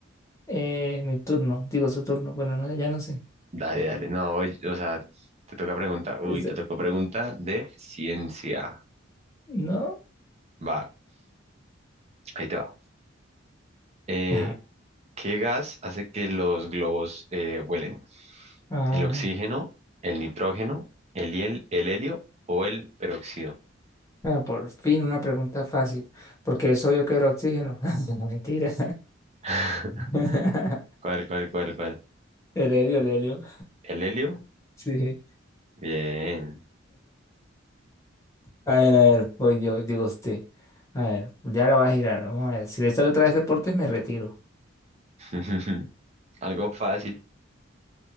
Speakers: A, on the left; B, on the right.
A: Eh, mi turno, digo su turno. Bueno, no, ya no sé.
B: Dale, dale. No, oye, o sea, te toca pregunta. Uy,
A: <laughs>
B: te tocó pregunta de ciencia.
A: ¿No?
B: Va, ahí te va. Eh,
A: Ajá.
B: ¿qué gas hace que los globos eh, vuelen?
A: Ay,
B: ¿El oxígeno, el nitrógeno, el, hiel- el helio o el peróxido?
A: bueno, por fin una pregunta fácil, porque es obvio que era oxígeno. <laughs> No, mentira.
B: <laughs>
A: <laughs>
B: ¿Cuál, cuál, cuál, cuál?
A: El helio, el helio.
B: ¿El helio?
A: Sí.
B: Bien.
A: A ver, a ver, voy yo, digo usted. A ver, ya la va a girar, vamos a ver. Si le sale otra vez deportes, me retiro.
B: <laughs> Algo fácil.